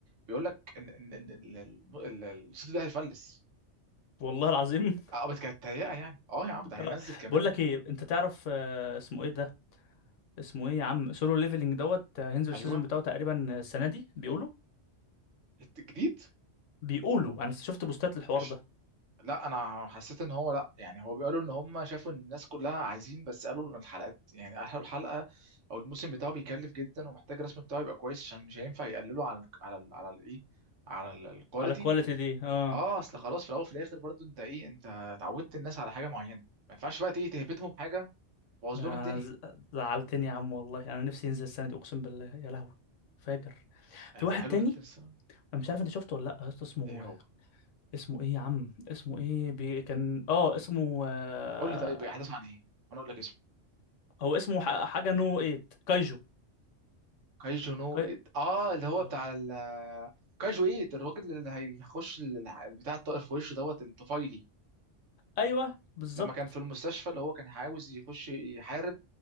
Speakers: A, on the right (about 80°); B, on the left (about 80°).
A: بيقول لك ان ان ان ال- ال- ال- الاستوديو ده هيفلس
B: والله العظيم
A: اه بس كانت تهيئه يعني اه يا عم ده هينزل
B: آه،
A: كمان
B: بقول لك ايه انت تعرف آه، اسمه ايه ده اسمه ايه يا عم سولو ليفلنج دوت آه، هينزل السيزون
A: ايوه
B: بتاعه تقريبا السنه دي بيقولوا
A: الجديد
B: بيقولوا انا شفت بوستات الحوار
A: مش
B: ده
A: لا انا حسيت ان هو لا يعني هو بيقولوا ان هم شافوا ان الناس كلها عايزين بس قالوا ان الحلقات يعني قالوا الحلقه او الموسم بتاعه بيكلف جدا ومحتاج الرسم بتاعه يبقى كويس عشان مش هينفع يقللوا على ال على ال على الايه على الكواليتي
B: على الكواليتي دي اه
A: اه اصل خلاص في الاول وفي الاخر برضو انت ايه انت اتعودت الناس على حاجه معينه ما ينفعش بقى ايه تهبدهم حاجه تبوظ
B: أنا
A: لهم الدنيا
B: ز- زعلتني يا عم والله انا نفسي ينزل السنه دي اقسم بالله يا لهوي فاجر
A: آه
B: في
A: هو
B: واحد
A: حلو
B: تاني
A: جدا الصراحه
B: انا مش عارف انت شفته ولا لا يا اسطى اسمه
A: ايه هو
B: اسمه ايه يا عم اسمه ايه بي... كان اه اسمه آه،
A: قول لي طيب احداث عن ايه انا اقول لك اسمه
B: هو اسمه ح- حاجه نو 8 كايجو
A: كايجو نو
B: كاي...
A: إيت اه اللي هو
B: آه.
A: بتاع ال كايجو ايت الراجل اللي هيخش ال- بتاع الطائر في وشه دوت الطفيلي
B: ايوه بالظبط
A: لما كان في المستشفى اللي هو كان عاوز يخش يحارب